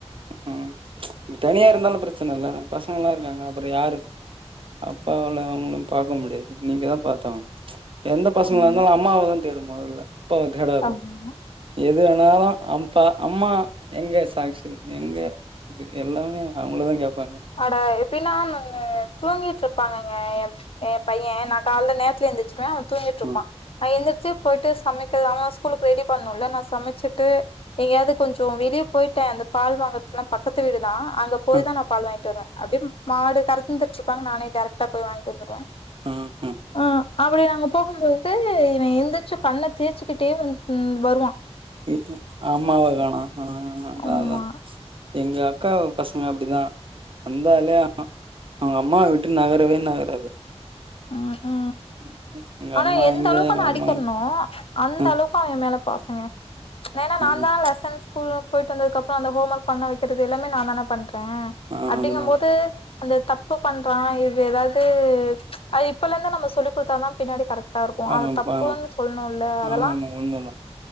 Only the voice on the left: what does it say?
ஆமா
ஆமா
அடா எப்டின்னா நாங்க தூங்கிட்டு இருப்பாங்கங்க எ எ பைய நா கால்ல நேரத்துல எந்திச் சிருவே அவ தூங்கிட்டு இருப்பா
நா எந்திரிச்சு போயிட்டு சமைக்க அவ ஸ்கூலுக்கு ரெடி பண்ணுல நா சமச்சிட்டு எங்கயாவது கொஞ்சோ வெளியே போயிட்டே அந்த பால் வாங்கறதுக்குல்லா பக்கத்து வீடுதா அங்க போய்
தா நா பால் வாங் கிட்டு வருவே அப்டியே மாடு கறந்துட்ருப்பாங்க நானே டேரக்டா போய் வாங்கிட்டு வந்துருவே
ஆ அப்டி அங்க போகும்போது இவ எந்திருச்சு கண்ண தேச்சிக்கிட்டே வந் வருவா
ஆமா
ஆ ஆ
ஆனா
எந்த
அளவுக்கு
நா
அடிக்கிறனோ அந்த
அளவுக்கு அவ ஏ மேல பாசங்க ஏனா நான்தா
லெசன் ஸ்கூலு போயிட்டு வந்ததுக்கு அப்றோ அந்த ஹோம் ஒர்க் பண்ண வைக்கிறது எல்லாமே நான் தானே பண்றே
அப்டிங்கும்
போது அந்த தப்பு பண்றா இது ஏதாது அ இப்பயில இருந்து நம்ம சொல்லிக் குடுத்தா தா பின்னாடி கரெக் டா இருக்கு
அது தப்புனு சொல்ணுல்ல அதெல்லா